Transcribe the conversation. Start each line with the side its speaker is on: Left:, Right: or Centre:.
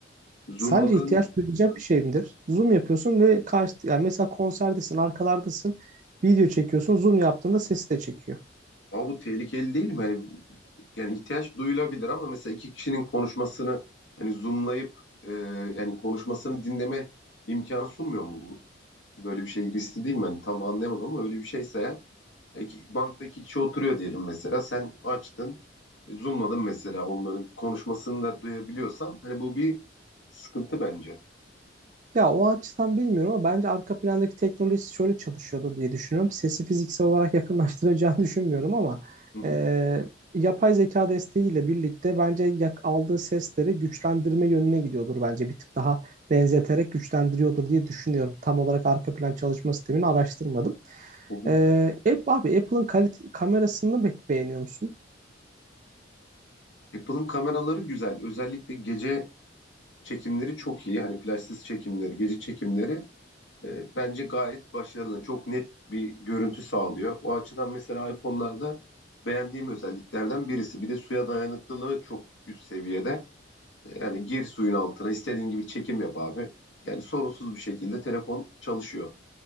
Left: Zoomladığın
Right: Sence ihtiyaç duyulacak bir şey midir? Zoom yapıyorsun ve karşı, yani mesela konserdesin, arkalardasın, video çekiyorsun, zoom yaptığında sesi de çekiyor.
Left: ama bu tehlikeli değil mi? Hani, yani ihtiyaç duyulabilir ama mesela iki kişinin konuşmasını hani zoomlayıp e, yani konuşmasını dinleme imkanı sunmuyor mu bu? Böyle bir şey riskli değil mi? Hani tam anlayamadım ama öyle bir şeyse eğer E, ki- Banktaki kişi oturuyor diyelim mesela. Sen açtın, e, zoomladın mesela onların konuşmasını da duyabiliyorsan. Hani bu bir sıkıntı bence.
Right: Ya o açıdan bilmiyorum ama bence arka plandaki teknoloji şöyle çalışıyordur diye düşünüyorum. Sesi fiziksel olarak yakınlaştıracağını <laughs> düşünmüyorum ama
Left: Hı hı,
Right: e, yapay zeka desteğiyle birlikte bence yak- aldığı sesleri güçlendirme yönüne gidiyordur bence. Bir tık daha benzeterek güçlendiriyordur diye düşünüyorum. Tam olarak arka plan çalışma sistemini araştırmadım.
Left: hı hı.
Right: E, App- abi Apple'ın kalite kamerasını pek beğeniyor musun?
Left: Apple'ın kameraları güzel. Özellikle gece çekimleri çok iyi. Hani flashsız çekimleri, gece çekimleri e, bence gayet başarılı. Çok net bir görüntü sağlıyor. O açıdan mesela iPhone'larda beğendiğim özelliklerden birisi. Bir de suya dayanıklılığı çok üst seviyede. Yani gir suyun altına istediğin gibi çekim yap abi. Yani sorunsuz bir şekilde telefon çalışıyor.